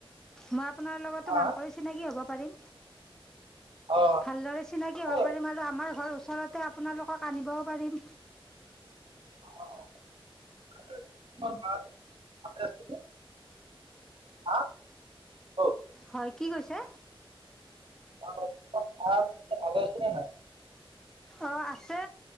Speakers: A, in the centre; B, on the right.
A: মই আপোনাৰ লগতো
B: হা
A: ভালক চিনাকি হ'ব পাৰিম
B: অ
A: ভালদৰে চিনাকী হ'ব
B: অ,
A: পাৰিম আৰু আমাৰ ঘৰৰ ওচৰতে আপোনালোক তাক আনিবও পাৰিম
B: <inaudible> হা অ
A: হয় কি কৈছে
B: খবৰ খাতি ভাল ভালে আছে নে নাই
A: অঁ আছে